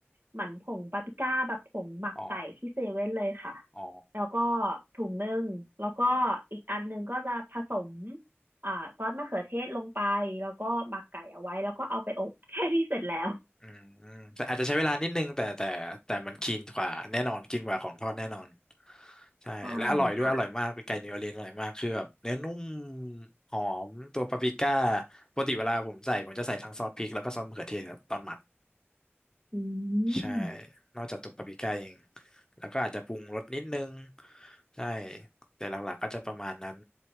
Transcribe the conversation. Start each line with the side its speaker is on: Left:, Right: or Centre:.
Right: หมั่นผงปาปริก้าแบบผงหมักไก่ที่เซเว่นเลยค่ะ
Left: อ๋ออ๋อ
Right: แล้วก็ถุงหนึ่งแล้วก็อีกอันหนึงก็จะผสมอ่าซอสมะเขือเทศลงไปแล้วก็หมักไก่เอาไว้แล้วก็เอาไปอบ <laughs> แค่นี้เสร็จแล้ว
Left: อืมแต่อาจจะใช้เวลานิดนึงแต่แต่แต่มันคลีนกว่าแน่นอนคลีนกว่าของทอดแน่นอนใช่และอร่อยด้วยอร่อยมากไก่นิวออร์ลีนอร่อยมากคือแบบเนื้อนุ่ม
Right: ใช่ค่ะ
Left: หอมตัวปาปริก้าปกติเวลาผมใส่ผมจะใส่ทั้งซอสพริกแล้วก็ซอสมะเขือเทศครับตอนหมัก
Right: อื
Left: ใช่
Right: ม
Left: นอกจากตัวปาปริก้าเองแล้วก็อาจจะปรุงรสนิดนึงใช่แต่หลักๆก็จะประมาณนั้น